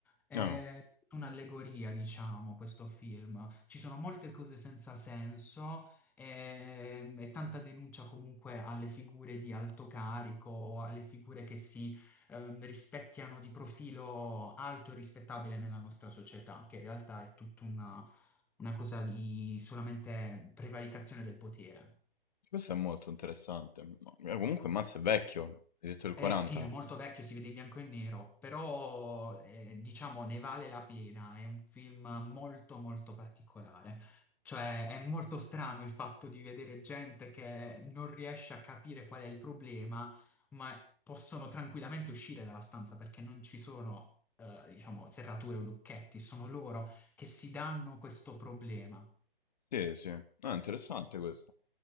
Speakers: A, in the centre; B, on the left.
A: È
B: ah,
A: un'allegoria, diciamo, questo film. Ci sono molte cose senza senso e, e tanta denuncia comunque alle figure di alto carico o alle figure che si ehm, rispecchiano di profilo alto e rispettabile nella nostra società, che in realtà è tutta una, una cosa di solamente prevaricazione del potere.
B: Questo è molto interessante. Ma- eh, Comunque Mazz è vecchio, hai detto il 40.
A: Eh sì, è molto vecchio, si vede in bianco e nero, però eh, diciamo ne vale la pena, è un film molto molto particolare. Cioè è molto strano il fatto di vedere gente che non riesce a capire qual è il problema, ma possono tranquillamente uscire dalla stanza perché non ci sono, eh, diciamo, serrature o lucchetti, sono loro che si danno questo problema.
B: Sì, sì. No, è interessante questo.